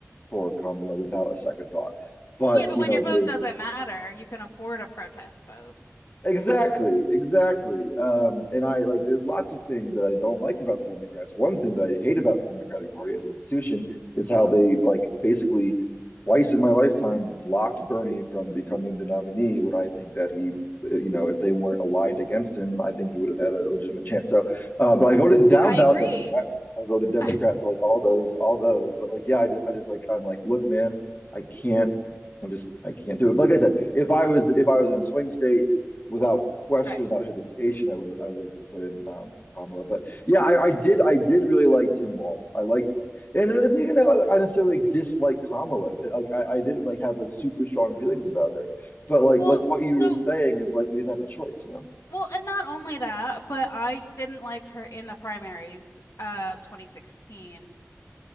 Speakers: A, on the left; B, on the left.
A: for Kamala without a second thought. But
B: Yeah, but
A: you
B: when
A: know,
B: your vote
A: there's
B: doesn't matter, you can afford a protest vote.
A: Exactly, exactly. Um, and I like there's lots of things that I don't like about the Democrats. One thing that I hate about the Democratic Party as an institution is how they like basically twice in my lifetime blocked Bernie from becoming the nominee when I think that he, uh, you know, if they weren't aligned against him, I think he would have had a legitimate chance. So, uh, but I voted down
B: I
A: ballot
B: agree.
A: Democrat. I voted Democrat
B: <laughs>
A: for like all those, all those. But like, yeah, I just, I just like, I'm like, look, man, I can't. I just I can't do it. But like I said, if I was if I was in a swing state without question,
B: Right.
A: without hesitation, I would have I would have put in um, Kamala. But yeah, I, I did I did really like Tim Walz. I liked, and it isn't even that like, I necessarily dislike Kamala. Like, like I, I didn't like have like super strong feelings about her. But like
B: Well,
A: like what you
B: so
A: were saying is like we didn't have the choice, you know?
B: well, and not only that, but I didn't like her in the primaries of 2016.